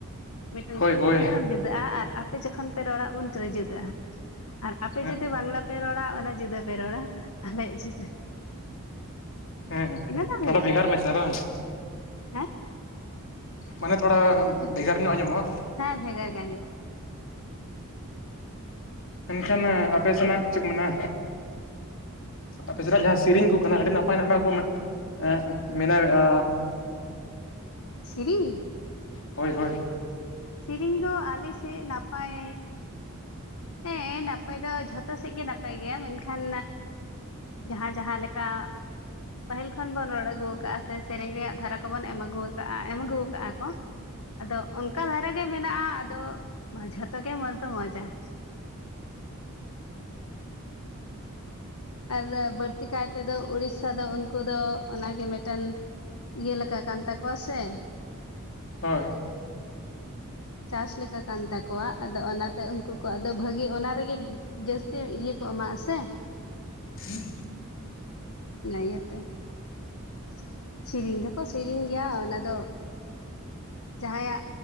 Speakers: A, on the left; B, on the left.
A: ᱢᱤᱫᱴᱮᱱ
B: ᱦᱳᱭ ᱦᱳᱭ
A: ᱩᱪᱪᱟᱨᱚᱱ ᱡᱩᱫᱟᱹ ᱟᱨ ᱟᱯᱮ ᱡᱚᱠᱷᱚᱱ ᱯᱮ ᱨᱚᱲᱟ ᱩᱱ ᱨᱮ ᱡᱩᱫᱟᱹᱜᱼᱟ ᱟᱨ ᱟᱯᱮ
B: ᱦᱮᱸ
A: ᱡᱩᱫᱤ ᱵᱟᱝᱞᱟ. ᱯᱮ ᱨᱚᱲᱟ ᱚᱱᱟ ᱡᱩᱫᱟᱹ ᱯᱮ ᱨᱚᱲᱟ ᱟᱞᱮᱭᱟᱜ ᱡᱩᱫᱟᱹ ᱾
B: ᱦᱮᱸ
A: ᱫᱚ
B: ᱛᱷᱚᱲᱟ
A: ᱦᱩᱭᱩᱜ
B: ᱵᱷᱮᱜᱟᱨ
A: ᱜᱮᱭᱟ
B: ᱢᱮᱥᱮ ᱵᱟᱝ?
A: ᱦᱮᱸ
B: ᱢᱟᱱᱮ ᱛᱷᱚᱲᱟ ᱵᱷᱮᱜᱟᱨ ᱧᱚᱜ ᱧᱟᱢᱚᱜᱼᱟ ᱾
A: ᱦᱮᱸ ᱵᱷᱮᱜᱟᱨ ᱜᱮ ᱟᱸᱡᱚᱢᱚᱜ ᱾
B: ᱮᱱᱠᱷᱟᱱ ᱟᱯᱮ ᱥᱮᱱᱟᱜ ᱪᱮᱫ ᱠᱚ ᱢᱮᱱᱟ ᱟᱯᱮ ᱥᱮᱱᱟᱜ ᱡᱟᱦᱟᱸ ᱥᱮᱨᱮᱧ ᱠᱚ ᱠᱟᱱᱟ ᱟᱹᱰᱤ ᱱᱟᱯᱟᱭ ᱱᱟᱯᱟᱭ ᱠᱚ ᱮ ᱵᱮᱱᱟᱣᱮᱜ-ᱟ᱾
A: ᱥᱤᱨᱤᱧ?
B: ᱦᱳᱭ ᱦᱳᱭ ᱾
A: ᱥᱮᱨᱮᱧ ᱫᱚ ᱟᱞᱮᱥᱮᱫ ᱱᱟᱯᱟᱭ ᱦᱮᱸ ᱱᱟᱯᱟᱭ ᱫᱚ ᱡᱷᱚᱛᱚ ᱥᱮᱫ ᱜᱮ ᱱᱟᱯᱟᱭ ᱜᱮᱭᱟ ᱢᱮᱱᱠᱷᱟᱱ ᱡᱟᱦᱟᱸ ᱡᱟᱦᱟᱸ ᱞᱮᱠᱟ ᱯᱟᱹᱦᱤᱞ ᱠᱷᱚᱱ ᱵᱚᱱ ᱨᱚᱲ ᱟᱹᱜᱩ ᱟᱠᱟᱜᱼᱟ ᱥᱮ ᱥᱮᱨᱮᱧ ᱨᱮᱭᱟᱜ ᱫᱷᱟᱨᱟ ᱠᱚᱵᱚᱱ ᱮᱢ ᱟᱹᱜᱩ ᱟᱠᱟᱜᱼᱟ ᱮᱢ ᱟᱹᱜᱩ ᱟᱠᱟᱜ ᱟᱠᱚ᱾ ᱟᱫᱚ ᱚᱱᱠᱟ ᱫᱷᱟᱨᱟ ᱜᱮ ᱢᱮᱱᱟᱜᱼᱟ ᱟᱫᱚ ᱡᱷᱚᱛᱚ ᱜᱮ ᱢᱚᱸᱡᱽ ᱫᱚ ᱢᱚᱸᱡᱽ ᱡᱟ ᱾ ᱟᱨ ᱵᱟᱹᱲᱛᱤ ᱠᱟᱭ ᱛᱮᱫᱚ ᱩᱲᱤᱥᱥᱟ ᱫᱚ ᱩᱱᱠᱩ ᱫᱚ ᱚᱱᱟᱜᱮ ᱢᱤᱫᱴᱮᱱ ᱤᱭᱟᱹ ᱞᱮᱠᱟ ᱠᱟᱱ ᱛᱟᱠᱚᱣᱟ ᱥᱮ᱾
B: ᱦᱳᱭ ᱾
A: ᱪᱟᱥ ᱞᱮᱠᱟ ᱠᱟᱱ ᱛᱟᱠᱚᱣᱟ ᱟᱫᱚ ᱚᱱᱟᱛᱮ ᱩᱱᱠᱩ ᱠᱚᱣᱟᱜ ᱫᱚ ᱵᱷᱟᱹᱜᱤ ᱚᱱᱟ ᱨᱮᱜᱮ ᱵᱮᱥ᱾ ᱛᱮ ᱤᱭᱟᱹ ᱠᱚ ᱮᱢᱟᱜ ᱟᱥᱮ
B: <inaudible>
A: ᱚᱱᱟ ᱤᱭᱟᱹ ᱛᱮ᱾ <inaudible> ᱥᱮᱨᱤᱧ ᱫᱚᱠᱚ ᱥᱮᱨᱤᱧ ᱜᱮᱭᱟ ᱚᱱᱟ ᱫᱚ ᱡᱟᱦᱟᱸᱭᱟᱜ